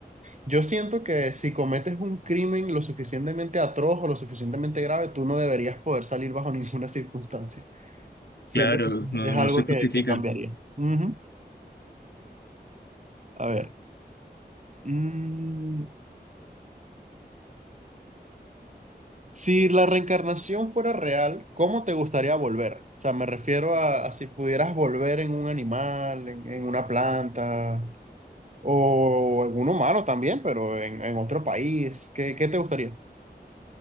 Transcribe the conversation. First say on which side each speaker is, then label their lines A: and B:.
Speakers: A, on the right; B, on the left.
A: Yo siento que si cometes un crimen lo suficientemente atroz o lo suficientemente grave, tú no deberías poder salir bajo <laughs> ninguna circunstancia. Siento
B: Claro,
A: que
B: no,
A: es algo
B: no se
A: que,
B: justifica.
A: que cambiaría. Ujú. A ver. Mm, Si la reencarnación fuera real, ¿cómo te gustaría volver? O sea, me refiero a, a si pudieras volver en un animal, en, en una planta o en un humano también, pero en, en otro país. ¿Qué, qué te gustaría?